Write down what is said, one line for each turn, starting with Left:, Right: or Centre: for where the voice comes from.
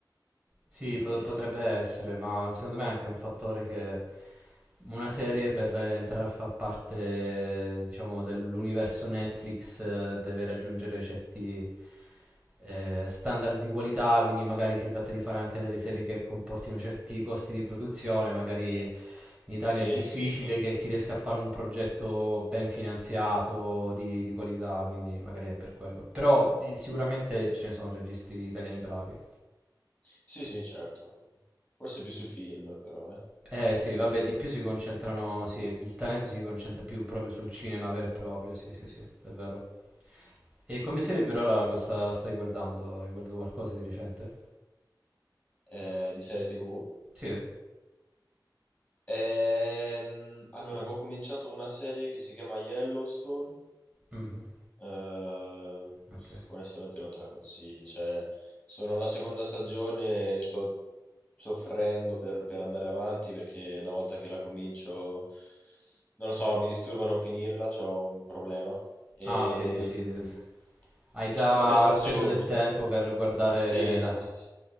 Right: Sì,
Left: dei
Right: pot-
Left: media
Right: potrebbe
Left: italiani.
Right: essere, ma secondo me è anche un fattore che una serie per eh, entrare a far parte, eh, diciamo, dell'universo Netflix eh, deve raggiungere certi eh, standard di qualità, quindi magari si tratta di fare anche delle serie che comportino certi costi di produzione, magari in Italia
Left: Sì,
Right: è difficile
Left: sì, probabilmente
Right: che si riesca
Left: sì.
Right: a fare un progetto ben finanziato, di, di qualità, quindi magari è per quello. Però di- sicuramente ce ne sono registi italiani bravi.
Left: Sì, sì, certo. Forse più sui film, però, eh.
Right: Eh sì, vabbè, di più si concentrano, sì, il talento si concentra più proprio sul cinema vero e proprio, sì, sì, sì, è vero. E come serie per ora cosa stai guardando? Hai guardato qualcosa di recente?
Left: eh, di serie TV.
Right: Sì.
Left: Ehm, allora, avevo cominciato una serie che si chiama Yellowstone.
Right: Mhm,
Left: eh,
Right: Ok.
Left: onestamente non te la consiglio. Cioè, sono alla seconda stagione e sto soffrendo per, per andare avanti perché una volta che la comincio, non lo so, mi disturba non finirla, ho un problema. Ehm,
Right: Ah, vabbè, dici, eh, hai già
Left: sono tre stagioni,
Right: speso del tempo per guardare
Left: Sì,
Right: la...
Left: sì, sì, sì.